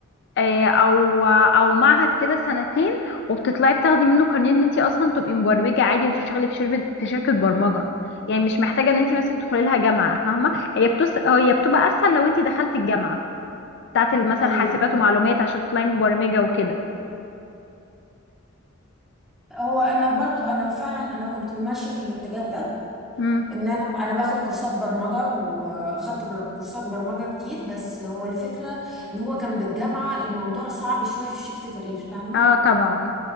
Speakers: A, on the left; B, in the centre.
A: آه، او او معهد كده سنتين وبتطلعي بتاخدي منه كارنيه ان انت اصلا تبقي مبرمجة عادي وتشتغلي في شركة في شركة برمجة يعني مش محتاجة ان انت مثلا تدخلي لها جامعة فاهمة هي بتس... هي بتبقى اسهل لو انت دخلتي الجامعة بتاعت ال- مثلا
B: ايوه
A: حاسبات ومعلومات عشان تطلعي مبرمجة وكده
B: هو انا برضو انا فعلا انا كنت ماشيه في الاتجاه ده
A: امم
B: ان انا انا باخد كورسات برمجه وخدت بر- كورسات برمجه كتير بس هو الفكره ان هو كان بالجامعه الموضوع صعب شويه في شيفت كارير فاهمه
A: اه طبعا